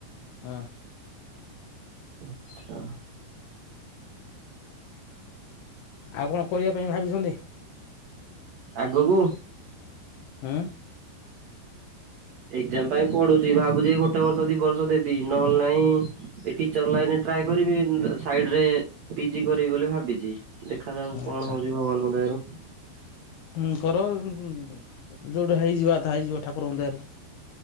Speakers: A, on the left; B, on the right.
A: ହୁଁ।
B: <unintelligible> ଆଚ୍ଛା।
A: ଆଉ କଣ କରିବା ପାଇଁ ଭାବିଛନ୍ତି?
B: ଆଗକୁ?
A: ହୁଁ?
B: ଏଗ୍ଜାମ ପାଇଁ ପଢ଼ୁଛି ଭାବୁଛି ଗୋଟେ ବର୍ଷ ଦି ବର୍ଷ ଦେବି ନହେଲେ ନାହିଁ ଏଇ ଟିଚର୍ ଲାଇନ ଟ୍ରାଏ କରିବି ସାଇଡରେ ପିଜି କରିବି ବୋଲି ଭାବିଛି। ଦେଖାଯାଉ କଣ
A: ଆଚ୍ଛା
B: ହୋଉଛି ଭଗବାନଙ୍କ ଦୟାରୁ।
A: ହୁଁ କର ଯୋଉଟା ହେଇଯିବ କଥା ହେଇଯିବ ଠାକୁରଙ୍କ ଦୟାରୁ।